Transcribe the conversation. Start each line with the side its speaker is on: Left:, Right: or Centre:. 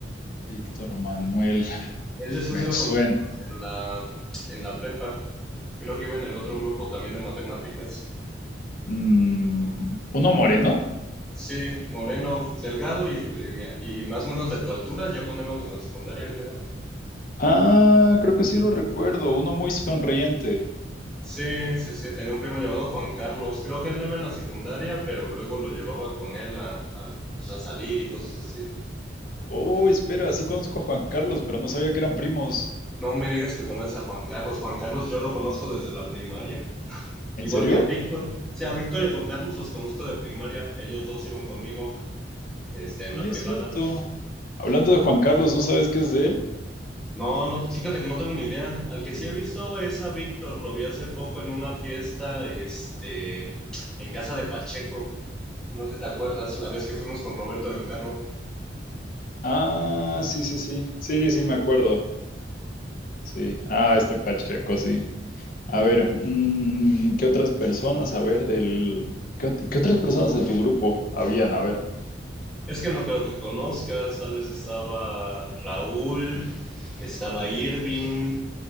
Left: Víctor Manuel,
Centre: Él después
Left: me
Centre: iba
Left: suena.
Centre: con los compas en la, en la prepa. Creo que iba en el otro grupo también de matemáticas.
Left: Mm, ¿uno moreno?
Centre: Sí, moreno, delgado y, de y más o menos de tu altura, ya cuando íbamos en la secundaria, creo.
Left: Ah, creo que sí lo recuerdo. Uno muy sonriente.
Centre: Sí, sí, sí, tenía un primo llamado Juan Carlos. Creo que él no iba en la secundaria, pero luego lo llevaba con él a, a, pues, a salir y cosas así.
Left: Oh, espera, sí conozco a Juan Carlos, pero no sabía que eran primos.
Centre: No me digas que conoces a Juan Carlos. Juan Carlos yo lo conozco desde la primaria.
Left: ¿En
Centre: Igual
Left: serio?
Centre: que al Víctor. O sea, a Víctor y a Juan Carlos los conozco de primaria. Ellos dos iban conmigo este,
Left: Oye,
Centre: en la privada.
Left: es cierto. Hablando de Juan Carlos, ¿no sabes qué es de él?
Centre: No, no, fíjate que no tengo ni idea. Al que sí he visto es a Víctor, lo vi hace poco en una fiesta, este, en casa de Pacheco. No sé si te acuerdas, la vez que fuimos con Roberto en el carro.
Left: Ah, sí, sí, sí. Sí, sí, me acuerdo. Sí. Ah, este Pacheco, sí. A ver, mm, ¿qué otras personas? A ver, del... ¿Qué, ot- qué otras personas de tu grupo habían? A ver.
Centre: Es que no creo que conozcas, tal vez estaba Raúl, estaba Irving,